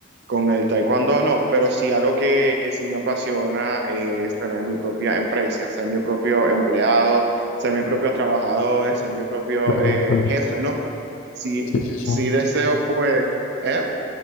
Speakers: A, on the right; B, on the left.
A: con el taekwondo, no, pero sí algo que, que sí me apasiona eh, es tener mi propia empresa, ser mi propio empleado, ser mi propio trabajador, ser mi propio
B: Claro,
A: eh,
B: claro.
A: jefe, ¿no? Sí,
B: Sí, sí, sí.
A: sí deseo pues, ¿eh?